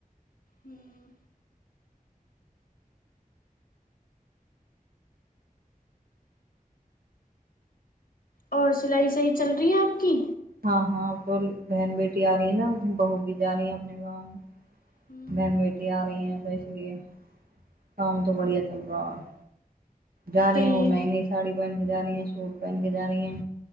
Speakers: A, on the left; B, on the right.
A: ह्म और सिलाई सही चल रही है आप की
B: हँ हँ तो बहन बेटी आ रही है न बहू भी जा रही है अपने गाँव
A: हम्म,
B: बहन बेटी आ रही है इसलिए काम तो बढ़िया चल रहा है जानी
A: सही
B: ओनानहि
A: है
B: साड़ी पहन के जा रही है सूट पहन के जा रही ऐै